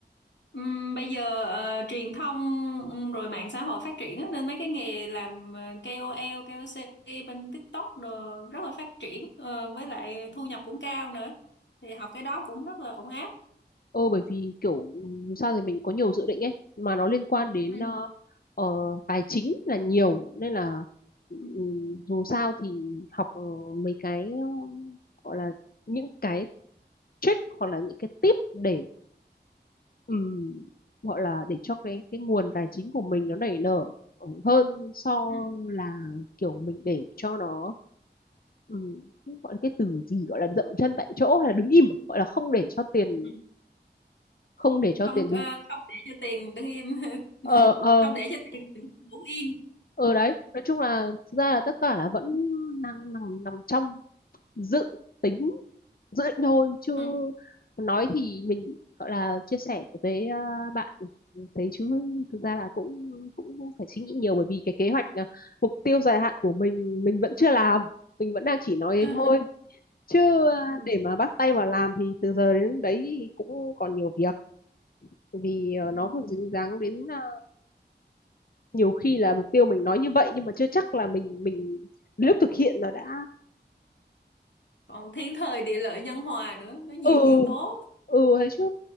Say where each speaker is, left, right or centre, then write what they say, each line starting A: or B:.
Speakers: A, on the left; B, on the left.
A: Ừm, bây giờ ờ, truyền thông ừm, rồi mạng xã hội phát triển á, nên mấy cái nghề làm ờ, KOL, KOC bên TikTok đồ rất là phát triển ờ, với lại thu nhập cũng cao nữa. Thì học cái đó cũng rất là ổn áp.
B: ừ bởi vì kiểu ừm, sao thì mình có nhiều dự định ấy mà nó liên quan đến
A: Ừ.
B: ờ, ờ, tài chính là nhiều nên là ừm,
A: Ừ.
B: dù sao thì học ờ, mấy cái ờ, gọi là những cái trick hoặc là những cái tip để ừm, gọi là để cho cái cái nguồn tài chính của mình nó nảy nở hơn so
A: Ừ.
B: là kiểu mình để cho nó ừm, gọi là cái từ gì gọi là dậm chân tại chỗ hay là đứng im à? gọi là không để cho tiền
A: Ừ.
B: không để cho
A: Không
B: tiền
A: ờ,
B: đứng
A: không để cho tiền đứng im, <laughs>
B: ờ ờ
A: không để cho tiền đứng yên.
B: ờ đấy nói chung là thực ra là tất cả là vẫn đang nằm nằm trong dự tính dự định thôi chứ
A: Ừ.
B: nói thì mình gọi là chia sẻ với à, bạn thấy chứ thực ra là cũng cũng phải suy nghĩ nhiều bởi vì cái kế hoạch à, mục tiêu dài hạn của mình mình vẫn chưa làm mình vẫn đang chỉ nói thế
A: <laughs>
B: thôi chứ à,
A: Ừ.
B: để mà bắt tay vào làm thì từ giờ đến đấy thì cũng còn nhiều việc vì à,
A: Ừ.
B: nó còn dính dáng đến à, nhiều khi là mục tiêu mình nói như vậy nhưng mà chưa chắc là mình mình đến lúc thực hiện nó đã
A: Còn thiên thời địa lợi nhân hòa nữa, nó nhiều
B: ừ
A: yếu tố,
B: ừ thế chứ